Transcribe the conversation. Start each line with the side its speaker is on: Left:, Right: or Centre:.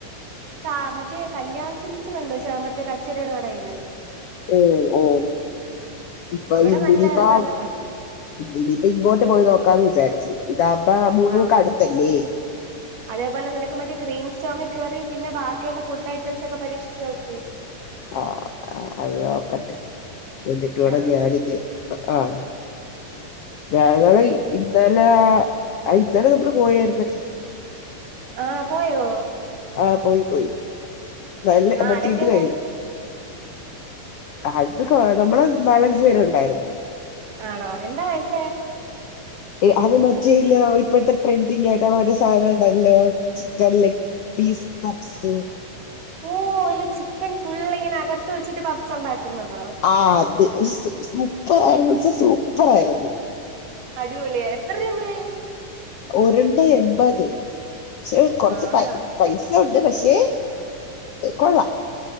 Right: കാ മറ്റേ കല്യാൺ സിൽക്‌സിലുണ്ട് ച മറ്റേ കച്ചിരയില്നടയില്.
Left: ഓഹ് ഓഹ് ഇപ്പൊ
Right: അവിടെ
Left: ഇന്നിനിപ്പോ
Right: നല്ല നല്ല
Left: ഇന്നിനിയിപ്പ ഇങ്ങോട്ട് പോയി നോക്കാന്ന് വിചാരിച്ച്. ഇതാവുമ്പ മൂന്ന്
Right: ആ
Left: മുക്ക് അടുത്തല്ലേ?
Right: അതേപോലെ നിനക്ക് മറ്റേ ക്രീം സ്റ്റോമി കേറി പിന്നെ ബാക്കിയുള്ള ഫുഡ് ഐറ്റംസ് ഒക്കെ പരീക്ഷിച്ച് നോക്ക്.
Left: ആഹ് ആ അത് നോക്കട്ട് എന്നിട്ട് വേണം
Right: ആ
Left: ഞാനിത് അ ആഹ് ഞങ്ങള് ഇന്നലെ ആഹ് ഇന്നലെ നമ്മള് പോയായിരുന്നെടീ.
Right: ആഹ് പോയോ?
Left: ആഹ് പോയി പോയി നല്ല
Right: ആ
Left: മറ്റേ
Right: ആരൊക്കെ
Left: ഇത്
Right: ഉണ്ടായിരുന്നു
Left: കഴി അത് കൊ നമ്മള് നാലഞ്ചു പേരുണ്ടായിരുന്നു.
Right: ആണോ എന്താ കയിച്ചേ?
Left: അത് മറ്റേല്ല ഇപ്പോഴത്തെ- ട്രെൻഡിങ് ആയിട്ടുള്ള ഒരു സാധനണ്ടല്ലോ? ലെഗ് പീസ് പപ്സ്
Right: ഓഹ് ഒരു ചിക്കൻ ഫുള്ളിങ്ങനെ അകത്ത് വെച്ചിട്ട് പഫ്സ് ഉണ്ടാക്കുന്നതൊ?
Left: ആ അത് സൂ സൂപ്പർ ആയിരുന്നുച്ചാ സൂപ്പർ ആയിരുന്നു.
Right: അടിപൊളിയാ എത്ര രൂപയായി.
Left: ഒരെണ്ണം എൺപത് പക്ഷെ കൊറച്ച്
Right: ആഹാ
Left: പൈസ ക്കെണ്ട് പക്ഷേ കൊള്ളാം